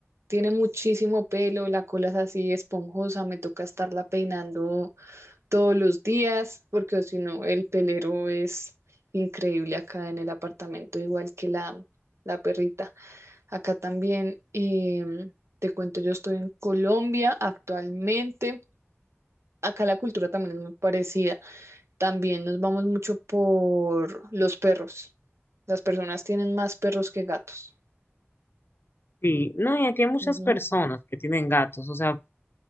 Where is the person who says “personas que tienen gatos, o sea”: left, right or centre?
Left